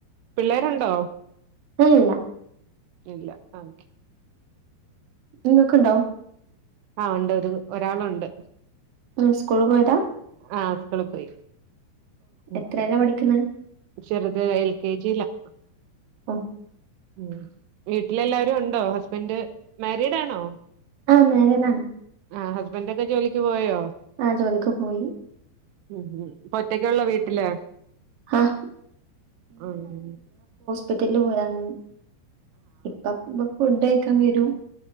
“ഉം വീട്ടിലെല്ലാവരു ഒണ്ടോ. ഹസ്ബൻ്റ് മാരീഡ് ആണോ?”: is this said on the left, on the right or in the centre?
Right